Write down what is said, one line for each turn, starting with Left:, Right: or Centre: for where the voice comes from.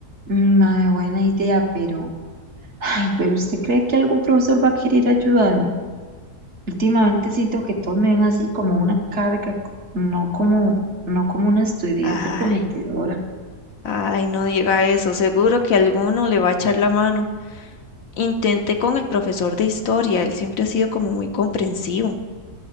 Right: Mm, Mae, buena idea, pero, ay, pero ¿usted cree que algún profesor va a querer ayudarme? Últimamente siento que todos me ven así como una carga, no como, no como una estudiante
Left: Ay,
Right: prometedora.
Left: ay, no diga eso. Seguro que alguno le va a echar la mano. Intenté con el profesor de historia. Él siempre ha sido como muy comprensivo.